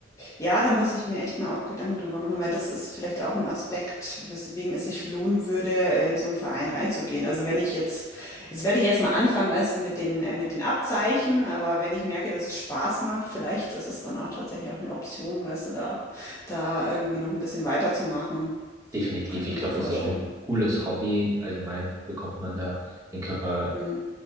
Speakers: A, on the left (about 15°); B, on the right (about 15°).
A: ja, da muss ich mir echt mal auch Gedanken drüber machen, weil das ist vielleicht auch ein Aspekt, weswegen es sich lohnen würde, äh, in so einen Verein reinzugehen. Also wenn ich jetzt, das werde ich erstmal anfangen, weißt du, mit den, äh, mit den Abzeichen, aber wenn ich merke, dass es Spaß macht, vielleicht ist es dann auch tatsächlich auch eine Option, weißt du, da, da irgendwie noch ein bisschen weiterzumachen.
B: Definitiv.
A: Kann ich
B: Ich
A: mir
B: glaube,
A: gut vorstellen.
B: das ist auch ein cooles Hobby. Allgemein bekommt man da den Körper
A: Mhm.